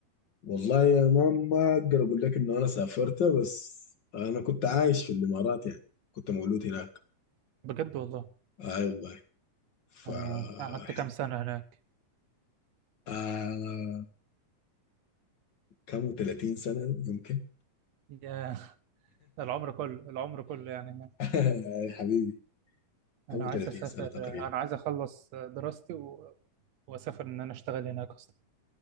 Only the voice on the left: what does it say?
والله يا مان ما اقدر اقول لك انه انا سافرت بس انا كنت عايش في الامارات يعني كنت مولود هناك
اي والله فحلو
آه كم 30 سنة يمكن
<laughs> حبيبي كم
30
سنة تقريبا